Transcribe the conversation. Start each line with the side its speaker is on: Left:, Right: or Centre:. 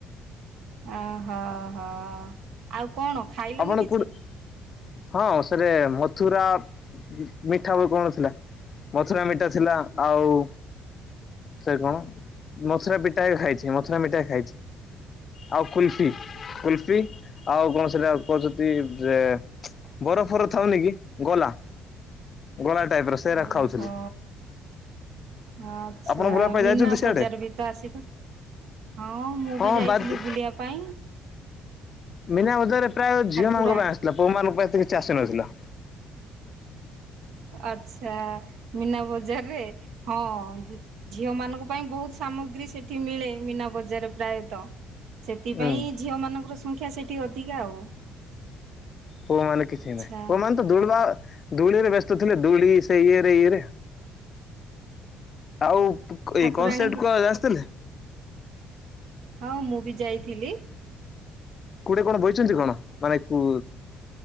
Right: ଆ ହ ହ ଆଉ କଣ ଖାଇଲୁନି
Left: ଆପଣ
Right: କିଛି।
Left: କୋଉଠି ହଁ ସେଠେ ମଥୁରା ମିଠା ବି କଣ ଥିଲା। ମଥୁରା ମିଠା ଥିଲା ଆଉ ସେ କଣ ମଥୁରା ପିଟାଏ ଖାଇଛି ମଥୁରା ମିଠାଏ ଖାଇଛି। ଆଉ କୁଲଫି କୁଲଫି ଆଉ କଣ ସେଇଟା କଉଚନ୍ତି ଯେ ବରଫର ଥୁଅନି କି ଗଲା। ଗୋଳା ଟାଇପ ର ସେରାକ
Right: ଓହୋ
Left: ଖାଉଚନ୍ତି।
Right: ଆଚ୍ଛା
Left: ଆପଣ ବୁଲିବା ପାଇଁ
Right: ମିନା
Left: ଯାଇଛନ୍ତି ସିଆଡେ?
Right: ବଜାରବି ତ ଆସିବ। ହଁ ମୁଁ
Left: ହଁ
Right: ବି ଯାଇଥିଲି
Left: ବାଦ
Right: ବୁଲିବା ପାଇଁ।
Left: ମିନା ବଜାରେ ପ୍ରାୟ
Right: ଠାକୁରା
Left: ଝିଅ ମାନଙ୍କ ପାଇଁ ଆସିଥିଲା ପୁଅ ମାନଙ୍କ ପାଇଁ ଏତେ କିଛି ଆସିନଥିଲା।
Right: ଆଚ୍ଛା ମୀନା ବଜାରରେ ହଁ। ଝିଅ ମାନଙ୍କ ପାଇଁ ବହୁତ ସାମଗ୍ରୀ ସେଠି ମିଳେ ମୀନା ବଜାରରେ ପ୍ରାୟତଃ। ସେଥିପାଇଁ
Left: ହୁଁ
Right: ଝିଅ ମାନଙ୍କର ସଂଖ୍ୟା ସେଠି ଅଧିକା ଆଉ।
Left: ପୁଅ ମାନେ କିଛି
Right: ଆଚ୍ଛା
Left: ନାହିଁ ପୁଅ ମାନେ ତ ଦୁଳ୍ବା, ଦୋଳିରେ ବ୍ୟସ୍ତ ଥିଲେ ଦୋଳି ସେ ଇଏରେ ଇଏରେ। ଆଉ
Right: ଠାକୁରାଣୀଙ୍କୁ
Left: ଏଇ କନସେଟ୍ କଣ ଆସିଥିଲେ?
Right: ହଁ ମୁଁ ବି ଯାଇଥିଲି।
Left: ଖୁଡି କଣ କଇଛନ୍ତି କଣ ମାନେ କୁ